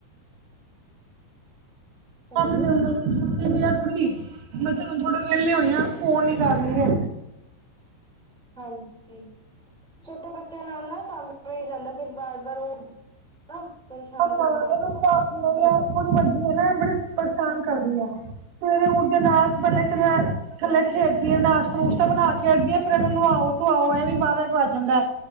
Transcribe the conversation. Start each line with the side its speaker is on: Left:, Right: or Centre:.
Centre: ਹੈਲੋ
Right: ਕਾਫੀ ਤੇ ਹੁ ਸੁੱਤੀ ਦੀ ਏ ਕੁੜੀ, ਮੈਂ ਤੁ ਥੋੜਾ ਵਿਹਲੇ ਹੋਈ ਆ ਫੋਨ ਹੀ ਕਰ ਲਈਏ।
Centre: ਹਾਂਜੀ। ਛੋਟੇ ਬੱਚਿਆਂ ਨਾਲ ਨਾ ਸਾਮਿਲ ਜਾਂਦਾ ਫਿਰ ਬਾਰ ਵਾਰ ਉਹ ਨਾ ਪਰੇਸ਼ਾਨ
Right: ਇਹਨੂੰ
Centre: ਕਰਦੇ ਨੇ।
Right: ਨਹੀਂ ਹੈ ਥੋੜੀ ਵੱਡੀ ਐ ਨਾ ਬੜੇ ਪਰੇਸ਼ਾਨ ਕਰਦੀ ਐ। ਸਵੇਰੇ ਉੱਠਦੇ ਨਾਲ ਬਲਬ ਚਲਿਆ ਥੱਲੇ ਖੇਡਦੀ ਨਾਸ਼ਤਾ ਨੂਸ਼ਤਾ ਬਣਾ ਕੇ ਹਟਦੀ ਆ ਫੇਰ ਇਹਨੂੰ ਨੁਵਾਓ ਧਆਓ ਐ ਵੀ ਬਾਰਾ ਇਕ ਵੱਜ ਜਾਂਦਾ